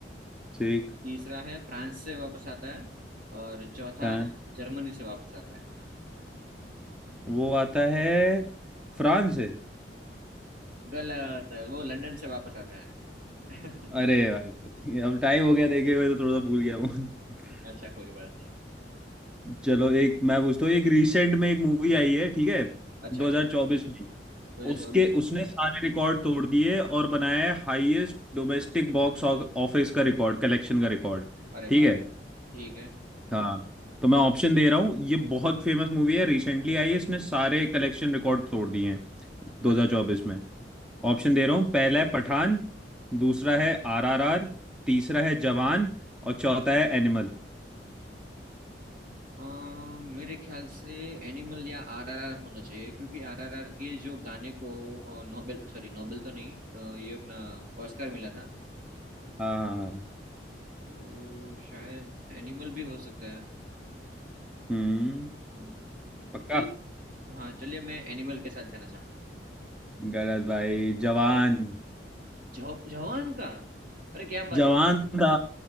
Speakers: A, in the centre; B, on the right.
A: ठीक
B: तीसरा है फ्रांस से वापस आता है और चौथा
A: हाँ
B: है जर्मनी से वापस आता है
A: वो आता है फ्रांस से
B: गलत है, वो लंदन से वापस आता है <laughs>
A: अरे भाई अब टाइम हो गया देखे हुए तो थोड़ा सा भूल गया हूँ <laughs>
B: अच्छा कोई बात नहीं
A: चलो एक मैं पूछता हूँ एक रिसेंट में एक मूवी आई है ठीक है
B: अच्छा
A: 2024 में
B: दो हजार
A: उसके
B: चौबीस
A: उसने सारे रिकॉर्ड तोड़ दिए और बनाया है हाईएस्ट डोमेस्टिक बॉक्स ऑफिस का रिकॉर्ड कलेक्शन का रिकॉर्ड
B: अरे
A: ठीक
B: बाप
A: है
B: रे ठीक है
A: हाँ तो मैं ऑप्शन दे रहा हूँ ये बहुत फेमस मूवी है रिसेंटली आई है इसने सारे कलेक्शन रिकॉर्ड तोड़ दिए हैं 2024
B: अच्छा
A: में ऑप्शन दे रहा हूँ पहला है पठान दूसरा
B: हाँ
A: है आरआरआर तीसरा है जवान और चौथा है एनिमल
B: अम, मेरे ख्याल से एनिमल या आरआरआर होना चाहिए क्योंकि आरआरआर के जो गाने को अ, नोबेल सॉरी नोबेल तो नहीं अ, ये अपना ऑस्कर मिला था
A: हाँ
B: तो शायद एनिमल भी हो सकता है
A: हम्म
B: हम्म,
A: पक्का
B: चलिए हाँ चलिए मैं एनिमल के साथ जाना चाहूंगा
A: गलत भाई जवान
B: अरे जव, जवान का अरे क्या बात
A: जवान
B: है
A: था